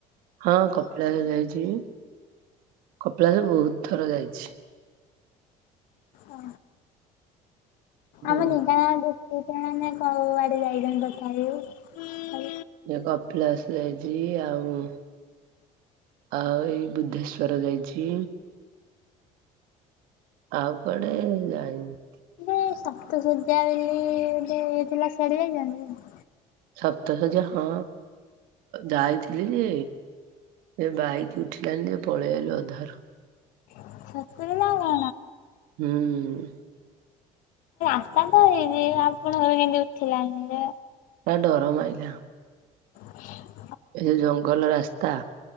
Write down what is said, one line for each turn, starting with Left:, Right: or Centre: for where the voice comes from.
Right: ହଁ କପିଳାସ ଯାଇଚି କପିଳାସ ବହୁତ ଥର ଯାଇଛି।
Left: ଅ।
Right: ହୁଁ
Left: ଆମେ ନିବା ଉ ଉ <unintelligible> ଆମେ କୋଉଆଡେ ଯାଇଚନ୍ତି ଦଶଟା ବେଳୁ।
Right: ଏ କପିଳାସ ଯାଇଚି ଆଉ ଆଉ ଏଇ ବୁଦ୍ଧେଶ୍ୱର ଯାଇଛି। ଆଉ କୁଆଡେ ଯାଇନି।
Left: ଗୋଟେ ସପ୍ତଶଯ୍ୟା ବେଲି ଗୋଟେ ଥିଲା ସିଆଡେ ଯାଇଚନ୍ତି?
Right: ସପ୍ତହ ଯ ହଁ ଯାଇଥିଲି ଯେ ଯେ ବାଇକ ଉଠିଲାନି ଯେ ପଳେଇ ଆଇଲୁ ଅଧାରୁ।
Left: <unintelligible>
Right: ହୁଁ।
Left: ମାତା ତ ହେଇନି ଆପଣଙ୍କର କେମିତି ଉଠିଲାଣି ଯେ
Right: ତା ଡର ମାଇଲା।
Left: <inaudible>
Right: ଏ ଯ ଜଙ୍ଗଲ ରାସ୍ତା